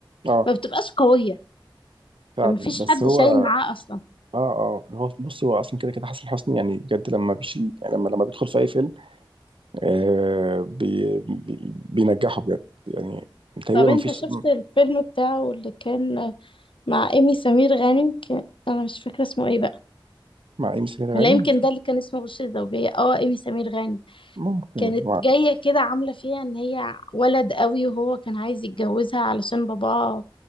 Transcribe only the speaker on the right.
اه
فعلا
بس
هو
اه اه هو بص هو اصلا كده كده حسن حسني يعني بجد لما بيشيل يعني لما لما بيدخل في اي فيلم آه بي بي بينجحه بجد يعني تقريبا
ما
فيش
مع ام سمير
غانم
ممكن
مع